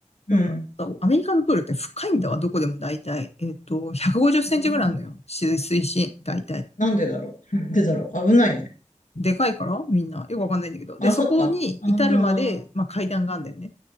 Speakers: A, on the left (about 80°); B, on the left (about 55°).
A: うん。
B: でも、アメリカのプールって深いんだわ、どこでも大体。えっと、150センチぐらいあるのよ。
A: うん
B: 水水深、大体。
A: なんでだろうなんでだろう危ないね。
B: でかいから、みんな。よくわかんないんだけど。で、
A: あ、
B: そこに至るまで、
A: そっか。ああ、
B: まあ、階段があるんだよね。
A: うん。